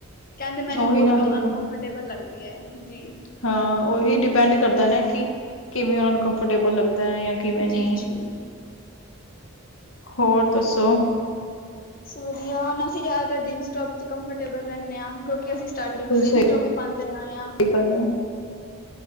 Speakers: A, on the left; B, on the left.
A: ਕਹਿੰਦੇ ਮੈਨੂੰ
B: ਉਹੀ
A: ਬਹੁਤ
B: ਨਾ ਦੇਖੋ
A: ਅਨਕਫਰਟੇਬਲ ਲੱਗਦੀ ਹੈ ਜੀ।
B: ਹਾਂ ਉਹੀ ਡਿਪੈਂਡ ਕਰਦਾ ਨਾ ਕਿ ਕਿਵੇਂ ਉਹਨਾਂ ਨੂੰ ਕੰਫੋਰਟੇਬਲ ਲੱਗਦਾ ਹੈ ਜਾਂ। ਕਿਵੇਂ ਨ
A: ਜੀ ਜੀ।
B: ਹੋਰ ਦੱਸੋ।
A: ਵਧੀਆ ਹੁਣ ਅਸੀਂ ਜ਼ਿਆਦਾਤਰ ਜੀਨਸ ਟੋਪ 'ਚ ਕੰਫਰਟੇਬਲ ਰਹਿੰਦੇ ਹਾਂ ਕਿਉਂਕਿ ਅਸੀਂ ਸਟਾਰਟਿੰਗ
B: ਬਿਲਕੁਲ
A: ਤੋ ਜੀਨਸ
B: ਸਹੀ
A: ਟੋਪ ਹੀ ਪਾਂਦੇ ਆਏ ਆ।
B: ਗੱਲ ਹੈ